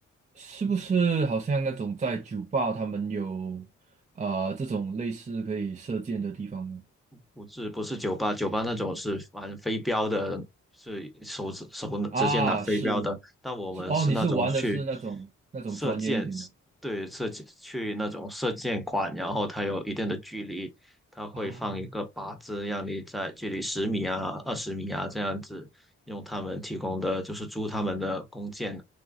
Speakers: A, on the right (about 25°); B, in the centre.
A: 是不是好像那种在酒吧他们有啊、呃这种类似可以射箭的地方呢？
B: 不是不是酒吧，酒吧那种是玩飞镖的，是手指手直接拿飞镖的。
A: 啊，是
B: 但我们是那种去
A: 是哦，你是玩的是那种那种专业一点的
B: 射箭，对，射箭去那种射箭馆，然后它有一定的距离，它会放一个靶子，
A: 啊
B: 让你在距离十米啊、二十米啊这样子，用他们提供的就是租他们的弓箭，